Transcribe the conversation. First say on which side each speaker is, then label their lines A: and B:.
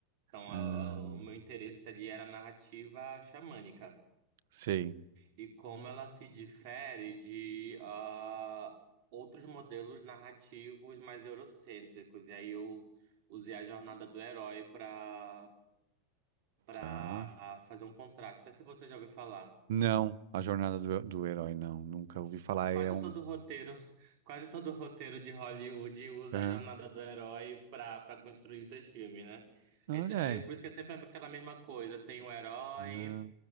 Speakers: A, on the right; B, on the right.
A: Então,
B: Ah,
A: a- a- o meu interesse ali era a narrativa xamânica
B: sei,
A: e como ela se difere de ah, outros modelos narrativos mais eurocêntricos. E aí eu usei a jornada do herói para para
B: tá.
A: fazer um contraste. Não sei se você já ouviu falar.
B: Não, a jornada do, do herói, não. Nunca ouvi falar.
A: Quase
B: É um.
A: todo roteiro, <laughs> quase todo roteiro de Hollywood usa
B: Aham.
A: a jornada do herói para para construir seus filmes, né?
B: Olha
A: É,
B: aí.
A: é por isso que é sempre aquela mesma coisa. Tem o herói.
B: Ah,